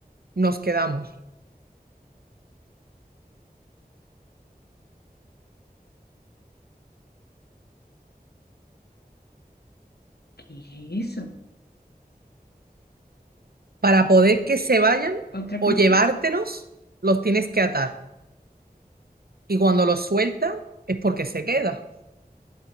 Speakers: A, on the right; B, on the left.
A: nos quedamos.
B: ¿Qué es eso?
A: Para poder que se vayan
B: ¿Otra
A: o
B: pista?
A: llevártelos, los tienes que atar. Y cuando los sueltan, es porque se queda.